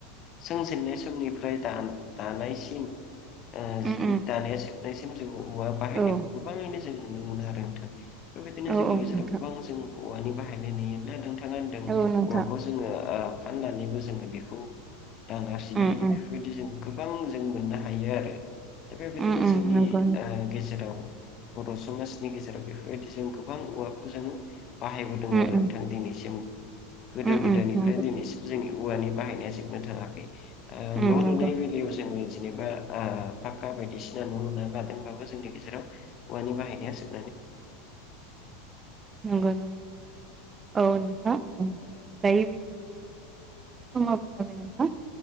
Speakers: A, on the left (about 40°); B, on the right (about 25°).
A: सों जेननाय समनिफ्राय दा दानायसिन जि
B: उम उम
A: दानाया जोबनायसिम जों औवा बाहायनायखौ
B: औ
A: गोबाङैनो जों नुनो मोनो आरो नोंथां बेबायदिनो
B: औ
A: जोंनि
B: औ
A: गेजेराव
B: नोंथां
A: गोबां जों औवानि बाहायनाय नुयोबा नाोंथाङा होनदों
B: औ नोंथां
A: औवाखौ जोङो ओ फाननानैबो जोङो बेखौ रां आरजिनो
B: उम
A: हायो बेफोरबायदि
B: उम
A: जों गोबां जों मोननो हायो आरो दा बेबायदिनो
B: उम उम
A: जोंनि
B: नंगौ
A: ओ गेजेराव बर' समाजनि गेजेराव बेफोरबायदि जों गोबां औवाखौ जोङो बाहायबोदों
B: उम उम
A: आरो नोंथां दिनैसिम गोदो
B: उम उम
A: गोदायनिफ्राय
B: नंगौ
A: दिनैसिम जोंनि औवानि बाहायनाया जोबनो थाङाखै
B: उम
A: न'
B: नंगौ
A: लुनाय बेलायाव जोङो जेनेबा फाक्का बायदिसिना न' लुनानै बादोंबाबो जोंनि गेजेराव औवानि बाहायनाय
B: नंगौ <unintelligible> औ नोंथां दायो बि जाब नोंथां <unintelligible>